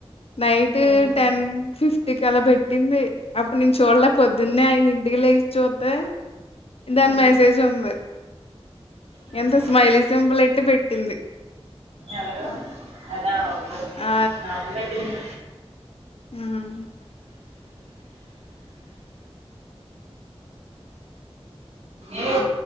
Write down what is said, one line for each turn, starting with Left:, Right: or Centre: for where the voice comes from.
Left: నైట్
Right: ఏముంది
Left: టెన్ ఫిఫ్టీకి అలా పెట్టింది అప్పుడు నేను చూడలే పొద్దున్నే ఐదింటికి లేచి చూతే దాని
Right: ఉమ్,
Left: మెసేజ్ ఉంది
Right: ఉమ్.
Left: ఎంత స్మైలి సింపుల్ ఎట్టి పెట్టింది
Right: ఎవరు ఆదా ఓకే ఓకే
Left: ఆ
Right: నాక్కూడా ఎట్టింది
Left: అహం
Right: ఏ